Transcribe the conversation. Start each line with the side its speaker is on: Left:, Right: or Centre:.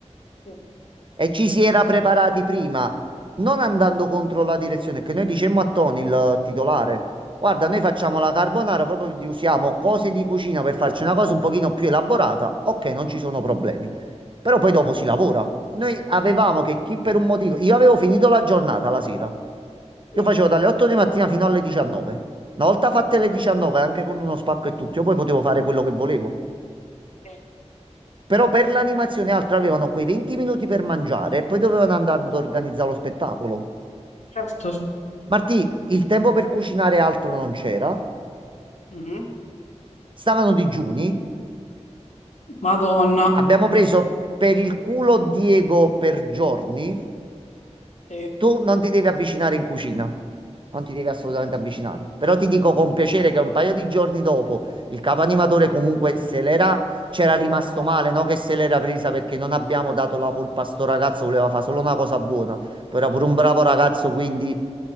Left: Sì,
Right: e ci si era preparati prima, non andando contro la direzione, che noi dicemmo a Tony, il titolare, guarda, noi facciamo la carbonara, proprio di- usiamo cose di cucina per farci una cosa un pochino più elaborata, ok, non ci sono problemi. Però poi dopo si lavora. Noi avevamo che chi per un motivo, io avevo finito la giornata la sera,
Left: sì,
Right: io facevo dalle 8 di mattina fino alle 19. Una volta fatte le 19, anche con uno spacco e tutto, io poi potevo fare quello che volevo.
Left: sì.
Right: Però per l'animazione e altro avevano quei 20 minuti per mangiare e poi dovevano andare ad organizzare lo spettacolo.
Left: Certo.
Right: Martì, il tempo per cucinare e altro non c'era.
Left: Mhm.
Right: Stavano digiuni.
Left: Madonna.
Right: Abbiamo preso per il culo Diego per giorni.
Left: Sì. Eh,
Right: Tu non ti devi avvicinare in cucina, non ti devi assolutamente avvicinare. Però ti dico con piacere che un paio di giorni dopo il capo animatore comunque se l'era, c'era rimasto male, no? Che se l'era presa perché non abbiamo dato la colpa a sto ragazzo, voleva fare solo una cosa buona. Poi era pure un bravo ragazzo, quindi